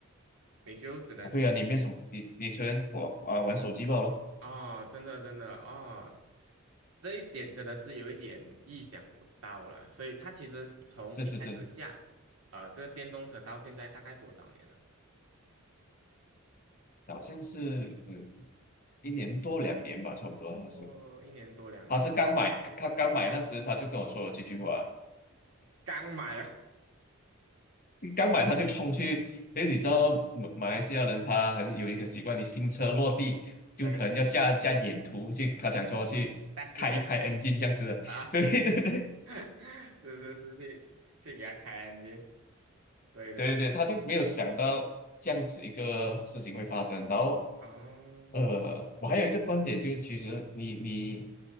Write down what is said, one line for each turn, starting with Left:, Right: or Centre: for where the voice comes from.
Right: 你就只能
Left: 哦对啊，你没什么，你你虽然我啊玩手机罢了，
Right: 哦，真的真的哦，这一点真的是有一点意想不到了。所以它其实从一开始架，
Left: 是是是，
Right: 呃，这个电动车到现在大概多少年了？
Left: 好像是呃一年多两年吧，差不多，
Right: 哦，
Left: 他是
Right: 一年多两年，
Left: 他是刚买，他刚买那时他就跟我说了这句话，
Right: 刚买哦，
Left: 刚买他就冲去，因为你知道马马来西亚人他还是有一个习惯，你新车落地就可能要架架眼图去，
Right: 对，
Left: 他想说去开一开
Right: <laughs> 再试一下
Left: engine 这样子的，
Right: 啊，
Left: <laughs> 对对对
Right: <laughs> 是是是，去去给它开 e n 对对对，
Left: 对对，他就没有想到这样子一个事情会发生。然后，
Right: 哦，
Left: 呃，我还有一个观点就是，其实你你